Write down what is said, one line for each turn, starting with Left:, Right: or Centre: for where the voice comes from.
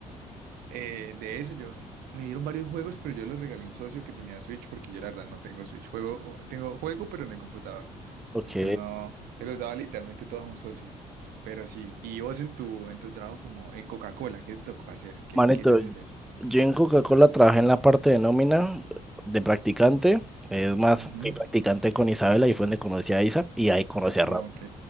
Right: Eh, de eso yo me dieron varios juegos, pero yo los regalé a un socio que tenía Switch porque yo la verdad no tengo Switch. Juego, tengo juego, pero en el computador.
Centre: Ok.
Right: Entonces no, él los daba literalmente todos a un socio. Pero sí, y vos en tu en tu trabajo como en Coca-Cola, ¿qué te tocó hacer? ¿Qué,
Centre: Manito,
Right: qué se hace de allá?
Centre: yo en Coca-Cola trabajé en la parte de nómina de practicante. Es más,
Right: Ujú.
Centre: fui practicante con Isabela y fue donde conocí a Isa y ahí conocí a
Right: Ok,
Centre: Raúl.